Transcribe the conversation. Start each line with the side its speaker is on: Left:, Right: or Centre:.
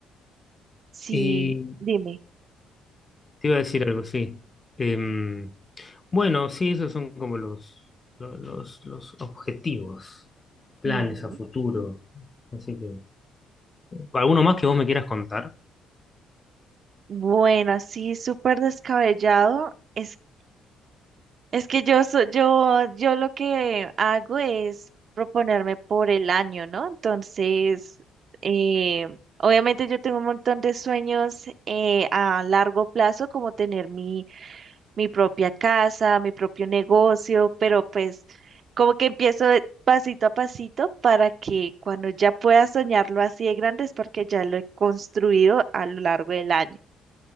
Right: sí,
Left: y
Right: dime.
Left: te iba a decir algo, sí. Em, bueno, sí, esos son como los, los, los los objetivos, planes
Right: Mm.
Left: a futuro. Así que. ¿Alguno más que vos me quieras contar?
Right: Bueno, así súper descabellado. Es, es que yo, so- yo, yo lo que hago es proponerme por el año, ¿no? Entonces, eh, obviamente yo tengo un montón de sueños eh, a largo plazo, como tener mi, mi propia casa, mi propio negocio, pero pues como que empiezo de pasito a pasito para que cuando ya pueda soñarlo así de grande es porque ya lo he construido a lo largo del año.